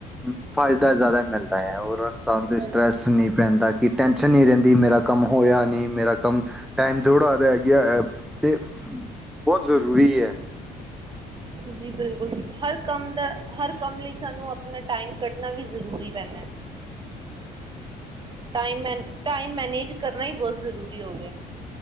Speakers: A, in the centre; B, on the right.
A: ਹੂ ਫ਼ਾਇਦਾ ਜ਼ਿਆਦਾ ਮਿਲਦਾ ਹੈ, ਹੋਰ ਇਨਸਾਨ
B: ਬਿਲਕੁਲ
A: ਤੋਂ ਸਟ੍ਰੈਸ ਨਹੀਂ ਪੈਂਦਾ, ਕਿ ਟੈਨਸ਼ਨ ਨਹੀਂ ਰਹਿੰਦੀ, ਮੇਰਾ ਕੰਮ ਹੋਇਆ ਨਹੀਂ, ਮੇਰਾ ਕੰਮ, ਟਾਈਮ ਥੋੜ੍ਹਾ ਰਹਿ ਗਿਆ ਅਤੇ ਬਹੁਤ ਜ਼ਰੂਰੀ ਹੈ
B: ਜੀ ਬਿਲਕੁਲੀ, ਹਰ ਕੰਮ ਦਾ ਹਰ ਕੰਮ ਲਈ ਸਾਨੂੰ ਆਪਣਾ ਟਾਈਮ ਕੱਢਣਾ ਵੀ ਜ਼ਰੂਰੀ ਪੈਂਦਾ। ਟਮ ਮੈਨ ਟਾਈਮ ਮੈਨੇਜ ਕਰਨਾ ਹੀ ਬਹੁਤ ਜ਼ਰੂਰੀ ਹੋ ਗਿਆ,